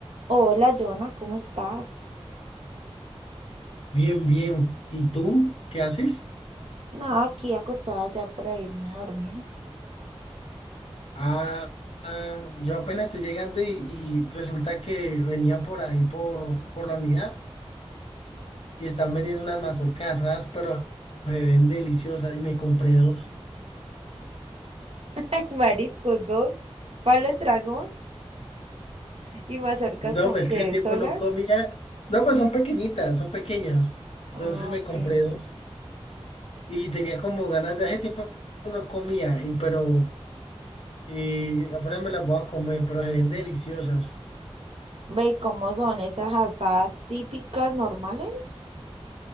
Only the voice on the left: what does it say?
Bien, bien. ¿Y tú qué haces?
Ah, ah, yo apenas estoy llegando y, y resulta que venía por ahí por, por la unidad y están vendiendo unas mazorcas asadas, pero se ven deliciosas y me compré dos.
No,
pues
qué tiempo
no comía. No, pues son pequeñitas, son pequeñas.
Entonces me
compré dos y tenía como ganas de hace tiempo no comía, y pero eh, apenas me las voy a comer, pero se ven deliciosas.